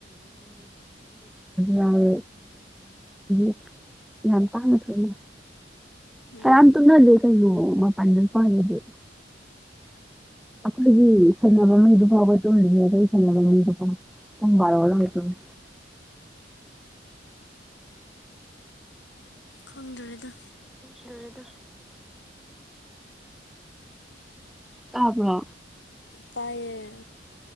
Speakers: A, in the centre; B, on the left (about 75°).
A: ꯂꯥꯋꯣ <unintelligible> ꯌꯥꯝ ꯄꯥꯛꯅ ꯊꯣꯛꯑꯦꯗ
B: ꯎꯝ
A: ꯀꯅꯥꯝ ꯇꯨꯝꯅꯗꯦ ꯀꯩꯅꯣ ꯃꯄꯥꯟ ꯂꯨꯄꯥꯟꯗꯗꯤ ꯑꯩꯈꯣꯏꯒꯤ ꯁꯦꯟꯅꯕ ꯃꯤꯗꯨ ꯐꯥꯎꯕ ꯇꯨꯝꯂꯤꯕꯅꯦ ꯑꯩꯈꯣꯏ ꯁꯦꯟꯅꯕ ꯃꯤꯗꯨ ꯐꯥꯎ ꯄꯨꯡ ꯚꯥꯔꯣꯗꯒ ꯇꯨꯝꯃꯦ
B: ꯈꯪꯗ꯭ꯔꯦꯗ
A: ꯗ꯭ꯔꯦꯗ ꯇꯥꯕ꯭ꯔꯣ
B: ꯇꯥꯏꯌꯦ